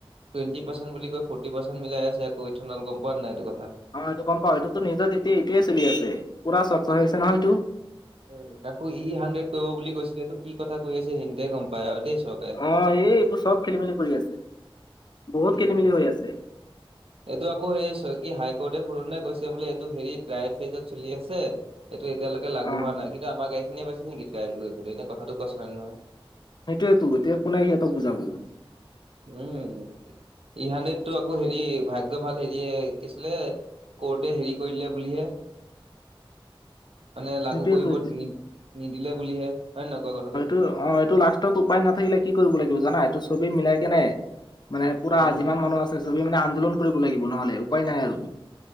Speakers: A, on the right (about 75°); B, on the left (about 50°).
A: টুৱেট পাৰ্চেন্ট বুলি কৈ ফৰ্টি পাৰ্চেন্ট মিলাই আছে আকৌ ইথনেল গ'ম পোৱা নে নাই এইটো কথা।
B: অ এইটো গ'ম পাওঁ। এইটো তো নিউজত এতিয়া এইটোৱেই চলি আছে পুৰা স্বচ্ছ হৈ আছে নহয় এইটো।
A: উম উ উ। আকৌ ই-হানড্ৰেড কৰিব বুলি কৈছিলে এইটো কি কথা কৈ আছে সিহঁতে গ'ম পায় আৰু দেই চৰকাৰে।
B: অ এই এই এইবোৰ চব খেলি-মেলি কৰি আছে। বহুত
A: উম উ
B: খেলি মেলি
A: উ।
B: <inaudible>
A: এইটো আকৌ সেই স হাই-কৰ্টে সুৰুন দায় কৈছে বোলে এইটো হেৰিত প্ৰায় ফেজত চলি আছে। এইটো এতিয়ালৈকে লাগু
B: অ
A: হোৱা নাই। কিন্তু আমাৰ গাড়ীখিনিয়ে পাইছে নেকি পেলাইত গৈ এনেই কথাটো কোৱাচোন হয় নে নহয়।
B: সেইটোৱেতো এতিয়া কোনে সিহঁতক বুজাব।
A: উম উ উ। ই-হানড্ৰেডটো আকৌ হেৰি ভাগ্য ভাল হেৰিয়ে কি আছিলে কোৰ্টে হেৰি কৰিলে বুলিহে।
B: <inaudible>
A: মানে লাগু
B: সেইটোয়েতো
A: কৰিব
B: এতিয়া
A: নি নিদিলে বুলিহে হয় নে নকয় কথাটো।
B: টো অ এইটো লাষ্ট। ত উপায় নাথাকিলে কি কৰিব লাগিব জানা এইটো চবি মিলাই কেনে মানে পুৰা
A: উম,
B: যিমান মানুহ আছে চবে মানে আন্দোলন কৰিব লাগিব নহলে উপায় নাই আৰু।